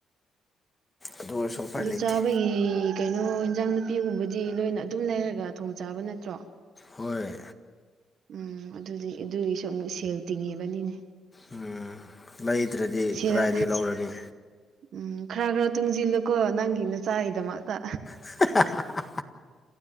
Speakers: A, on the left; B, on the right.
A: ꯑꯗꯨ ꯑꯣꯏꯔꯁꯨ ꯎꯄꯥꯏ
B: ꯑꯗꯨ
A: ꯂꯩꯇꯦ
B: ꯆꯥꯕꯒꯤ ꯀꯩꯅꯣ ꯏꯟꯖꯥꯡ ꯅꯨꯄꯤꯒꯨꯝꯕꯗꯤ ꯂꯣꯏꯅ ꯑꯗꯨꯝ ꯂꯩꯔꯒ ꯊꯣꯡ ꯆꯥꯕ ꯅꯠꯇ꯭ꯔꯣ
A: ꯍꯣꯏ
B: ꯎꯝ ꯑꯗꯨꯗꯤ ꯑꯗꯨꯒꯤꯁꯨ ꯑꯃꯨꯛ ꯁꯦꯜ ꯇꯤꯡꯉꯦꯕꯅꯤꯅꯦ
A: ꯎꯝ ꯂꯩꯗ꯭ꯔꯗꯤ
B: ꯁꯦꯜ
A: ꯀꯗꯥꯏꯗꯒꯤ ꯂꯧꯔꯅꯤ
B: ꯎꯝ ꯈꯔ ꯈꯔ ꯇꯨꯡꯁꯤꯜꯂꯨꯀꯣ ꯅꯪꯒꯤ ꯅ ꯆꯥꯔꯤꯗꯃꯛꯇ
A: <unintelligible>